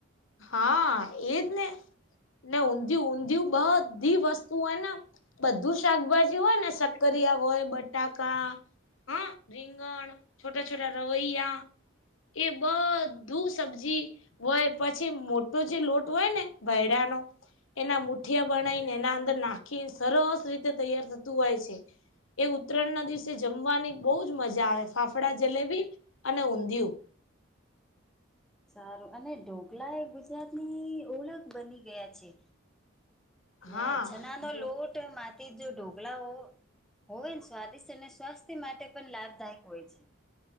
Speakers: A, on the left; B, in the centre.
A: હા, એજ ને ને ઊંધિયું ઊંધિયું બધી વસ્તુ હોયને, બધું શાકભાજી હોય ને શક્કરિયા હોય બટાકા હા, રીંગણ છોટા છોટા રવૈયા એ બધું સબ્જી હોય. પછી મોટો જે લોટ હોય, ને ભયડા નો એના મુઠિયા બનાવીને એના અંદર નાખીને સરસ રીતે તૈયાર થતું હોય છે. એ ઉત્તરાયણના દિવસે જમવાની બહુ જ મજા આવે ફાફડા જલેબી અને ઊંધિયું.
B: સારું અને ઢોકલા એ ગુજરાતની ઓળખ બની ગયા છે,
A: હા
B: અ ચણાનો
A: તો
B: લોટ માથી જો ઢોકલાઓ હોવે ન સ્વાદિષ્ટ અને સ્વાસ્થ્ય માટે પણ લાભદાયક હોય છે,